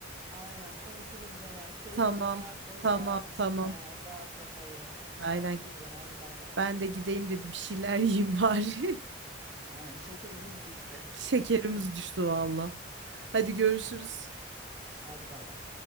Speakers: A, on the right (about 20°); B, on the right (about 70°).
A: Aynen konuşuruz gene. Keyfine
B: Tamam,
A: bak, boş
B: tamam,
A: ver, düşünme,
B: tamam.
A: dağıt kafayı.
B: Aynen.
A: Konuşuruz gene. Hadi bay bay.
B: Ben de gideyim de bir şeyler yiyeyim bari.
A: Aynen şekerimiz düştü
B: <laughs> Şekerimiz
A: konuşurken.
B: düştü valla. Hadi görüşürüz.
A: Hadi bay bay.